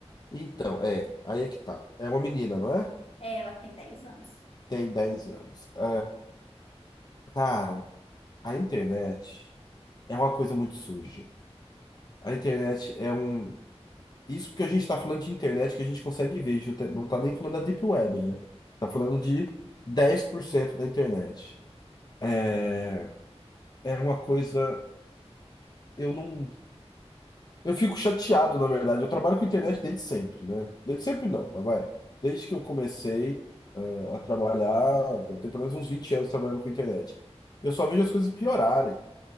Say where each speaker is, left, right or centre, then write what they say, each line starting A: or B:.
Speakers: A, on the left; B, on the left.
A: Então, é. Aí é que tá. É uma menina, não é?
B: É, Ela tem 10 anos.
A: Tem 10 anos. É, cara, a internet. é uma coisa muito suja. A internet é um. Isso porque a gente está falando de internet que a gente consegue ver, a gente não tá não tá nem falando da Deep Web, né? Tá falando de 10% da internet. É, é uma coisa. Eu não. Eu fico chateado, na verdade. Eu trabalho com internet desde sempre, né? Desde sempre não, mas vai. Desde que eu comecei, ah, a trabalhar, eu tenho pelo menos uns 20 anos trabalhando com internet. Eu só vejo as coisas piorarem.